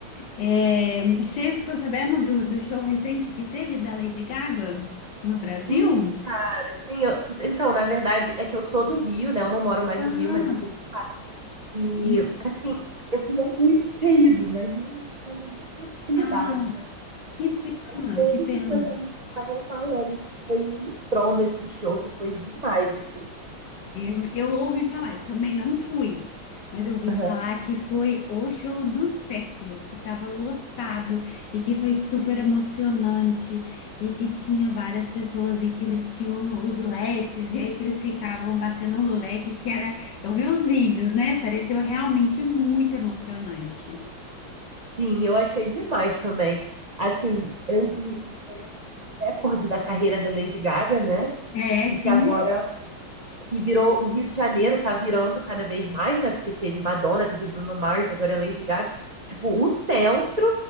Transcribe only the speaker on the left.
é, você ficou sabendo do, do show recente que teve da Lady Gaga no Brasil?
Ah,
e
ah,
que pena,
que pena.
Eu, eu ouvi falar, eu também não fui, mas eu ouvi
falar que foi o show do século, que estava lotado e que foi super emocionante e que tinha várias pessoas e que eles tinham os leques e aí que eles ficavam batendo o leque, que era, eu vi os vídeos, né? Pareceu realmente muito emocionante.
É,
sim.